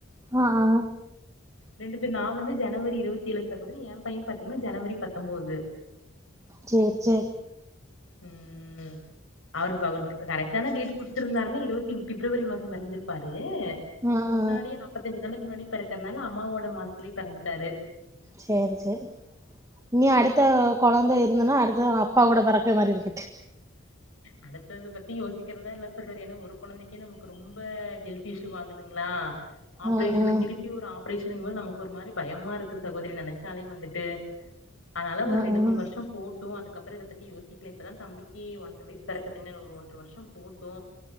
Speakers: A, on the right (about 15°); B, on the left (about 75°).
A: அ அ ஆ
B: ரெண்டு பேர் நா வந்து ஜனவரி இருவத்தேழு சகோதரி எ பைய பாத்தீங்கனா ஜனவரி பத்தொம்போது
A: சேர் சேரி
B: ம் அவரு அவருக்கு கரெக்டான டேட்டு குடுத்துருந்தாருன்னா இருவத்தி பிப்ரவரி மாச பெறந்திருப்பாரு
A: ஆ
B: முன்னாடியே
A: ஆ
B: நாப்பத்தஞ்சு நாள்ல முன்னாடி பெறக்குறனால அம்மாவோட மாசத்துலே பெறந்துட்டாரு
A: சேரி சேரி இனி அடுத்த கொழந்த இருந்தன்னா அடுத்த அப்பா கூட பெறக்க மாரி இருக்கட்டு
B: அடுத்தத பத்தி யோசிக்கிறதா இல்ல சகோதரி ஏனா ஒரு கொழந்தைக்கே நமக்கு ரொம்ப ஹெல்த் இஷ்யூவாகுதுங்ளா ஆப்ரேஷனு
A: ஆ ஆ
B: திருப்பி ஒரு ஆப்ரேஷனுங்கும்பொது நம ஒரு மாரி பயமாருக்கு சகோதரி நெனை ச்சாலே வந்துட்டு அதனால ஒரு
A: ஆ
B: ரெண்டு
A: ஆ
B: மூணு வருஷொ போ ட்டு அதுக்கப்ற இத பத்தி யோசிக்லா இப்பதா தம்பி க்கி ஒன்ற வயசு பெறக்கதுங்க இன்னு ஒரு ஒன்ற வருஷ போட்டு